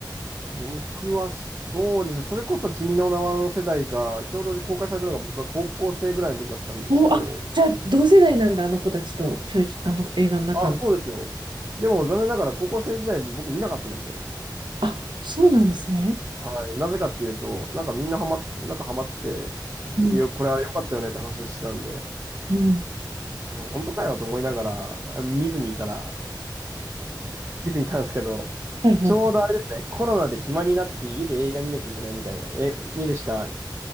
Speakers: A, on the right (about 35°); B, on the right (about 75°).
A: 僕はそうですね、それこそ君の名はの世代が、ちょうど公開されたのが僕は高校生ぐらいの時だったんですけど、
B: お、あ、じゃあ、同世代なんだ、あの子たちと、しゅあの、映画の中の。
A: あ、そうですよ。でも残念ながら高校生時代に僕見なかったんですよ。
B: あ、そうなんですね。
A: はい。なぜかっていうと、なんかみんなハマ、なんかハマってて、
B: うん、
A: いやこれあれ良かったよねって話してたんで、
B: うん。
A: うん本当かよと思いながら、あ見ずにいたら、<laughs> 見ずにいたんですけど、
B: はいはい。
A: ちょうどあれですね、コロナで暇になって家で映画見なきゃいけないみたいな、え、見るしか